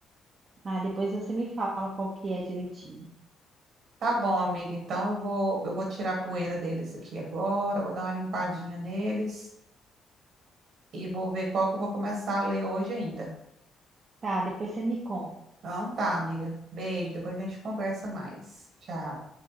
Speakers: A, on the right; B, on the right.
A: Ah, depois você me fala qual que é direitinho.
B: Tá bom, amiga. Então eu vou, eu vou tirar a poeira deles aqui agora, vou dar uma limpadinha neles e vou ver qual que eu vou começar a ler hoje ainda.
A: Tá, depois você me conta.
B: Então tá, amiga. Beijo. Depois a gente conversa mais. Tchau.